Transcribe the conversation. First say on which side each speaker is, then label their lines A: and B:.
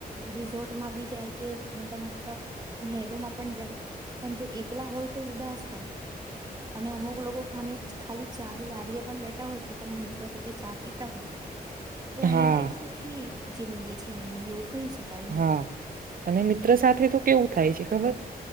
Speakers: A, on the right; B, on the right.
A: રિસોર્ટમાં બી જાય કે મોટા મોટા મહેલોમાં પણ જાય પરંતુ એકલા હોય તો ઉદાસ હોય અને અમુક લોકો ખા ખાલી ચા ની લારીએ પણ બેઠા હોય પોતાના મિત્રો સાથે ચા પીતા હોય તો
B: હા
A: એની લાયક સુખી જિંદગી છે એની એવું કહી શકાય
B: હા
A: એમ
B: અને મિત્ર સાથે કેવું થાય છે ખબર